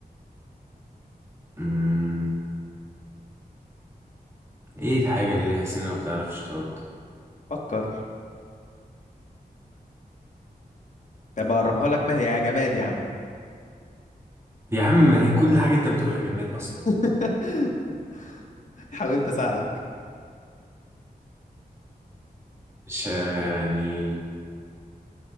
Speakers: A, on the right; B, on the left.
A: مم. ايه الحاجة اللي ليها اسنان وما بتعرفش تحط
B: فكر طب اقربها لك ما هي يا جماد يا عم
A: يا عم هي كل حاجة انت بتقولها جماد اصلا
B: <laughs> حاولت اساعدك
A: مش آه، يعني